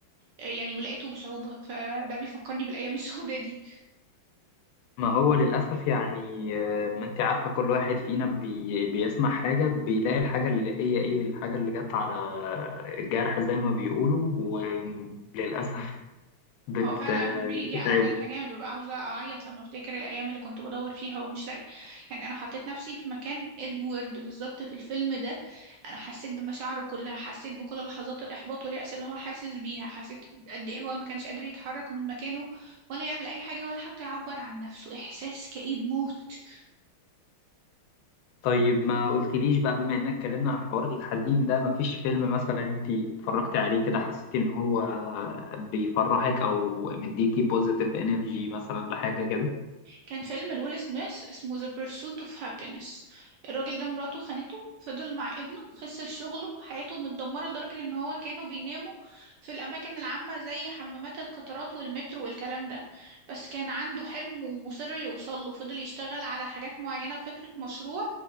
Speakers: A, on the right (about 75°); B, on the left (about 80°).
A: يعني ولقيته بصعوبة فده بيفكرني بالأيام <laughs> السوداء دي
B: ما هو للأسف يعني آه، ما أنت عارفة كل واحد فينا بي بيسمع حاجة بيلاقي الحاجة اللي هي إيه الحاجة اللي جت على الجرح زي ما بيقولوا وللأسف بت
A: هو فعلا
B: آه،
A: بيجي
B: بتتعبه
A: على جرح جامد ببقى عاوزة أعيط لما أفتكر الأيام اللي كنت بدور فيها ومش لاقية يعني أنا حطيت نفسي في مكان إدوارد بالظبط في الفيلم ده أنا حسيت بمشاعره كلها حسيت بكل لحظات الإحباط واليأس اللي هو حاسس بيها حسيت قد إيه هو ما كانش قادر يتحرك من مكانه ولا يعمل أي حاجة ولا حتى يعبر عن نفسه إحساس كئيب موت
B: طيب ما قلتليش بقى بما إننا اتكلمنا عن حوار الحزين ده مفيش فيلم مثلا أنت اتفرجتي عليه كده حسيتي إن هو بيفرحك أو مديكي بوزيتيف إنرجي مثلا لحاجة كده
A: كان فيلم لويل سميث اسمه The Pursuit of Happiness الراجل ده مراته خانته فضل مع ابنه خسر شغله حياته متدمرة لدرجة ان هو كانوا بيناموا في الأماكن العامة زي حمامات القطارات والمترو والكلام ده بس كان عنده حلم ومصر يوصله فضل يشتغل على حاجات معينة وفكرة مشروع